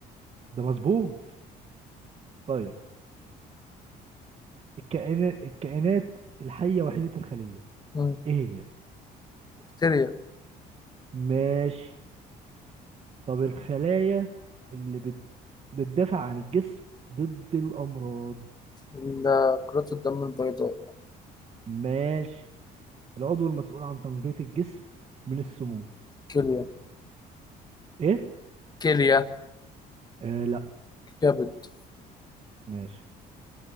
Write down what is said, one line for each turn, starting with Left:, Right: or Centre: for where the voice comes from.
Right: ده مظبوط طيب الكائنات الكائنات الحية وحيدة الخلية
Left: مم.
Right: ايه هي
Left: بكتيريا
Right: ماشي طب الخلايا اللي بت... بتدافع عن الجسم ضد الامراض
Left: ال- كرات الدم البيضاء
Right: ماشي العضو المسؤول عن تنقية الجسم من السموم
Left: كليه
Right: ايه
Left: كليه
Right: آه لا
Left: كبد
Right: ماشي